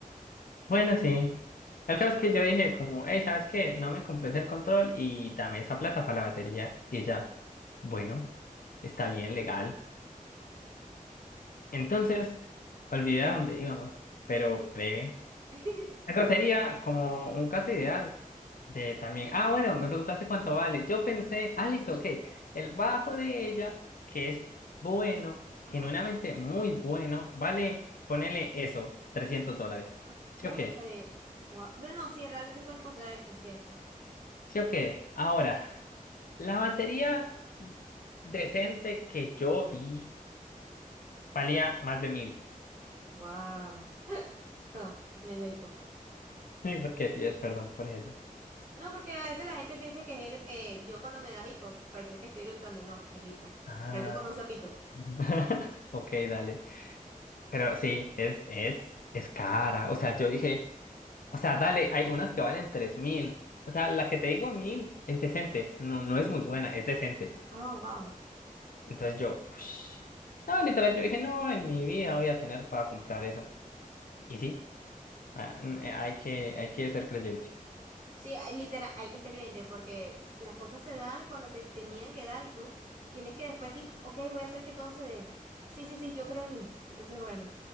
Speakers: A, on the left; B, on the right.
A: Bueno, sí. El caso es que yo dije como, hey, ¿sabes qué? No me compres el control y dame esa plata para la batería. Y ella, bueno, está bien, legal.
B: Ajá.
A: Entonces, olvidé a dónde íbamos, pero breve.
B: <laughs>
A: Eso sería como un caso ideal de también. Ah, bueno, me preguntaste cuánto vale. Yo pensé, ah, listo, ok. El bajo de ella, que es bueno,
B: Ajá.
A: genuinamente muy bueno, vale, ponele eso, 300 dólares.
B: Ah, cónchale.
A: ¿Sí o qué?
B: Guau. Bueno, no, sí, realmente pueden costar eso, es cierto.
A: ¿Sí o qué? Ahora, la batería decente que yo vi valía más de mil.
B: Wow. Perdón, me dio hipo.
A: ¿Y por qué pides perdón por eso?
B: No, porque a veces la gente piensa que es, eh, yo cuando me da hipo, pareciera que estoy eructando y no, es hipo.
A: Ah,
B: Parece como un sapito.
A: <laughs> ok, dale. Pero sí, es, es, es cara. O sea, yo dije. O sea, dale, hay unas que valen tres mil, O sea, la que te digo 1.000 es decente. No, no es muy buena, es decente.
B: Oh, wow.
A: Entonces yo, ush. No, literal, yo dije, no, en mi vida voy a tener para comprar eso. Y sí, ah, n- eh, hay que, hay que ser creyente.
B: Sí, hay- literal, hay que ser creyente porque las cosas se dan cuando se tenían que dar y tú tienes que después decir, ok, voy a hacer que todo se dé. Sí, sí, sí, yo creo en mí. Entonces, bueno.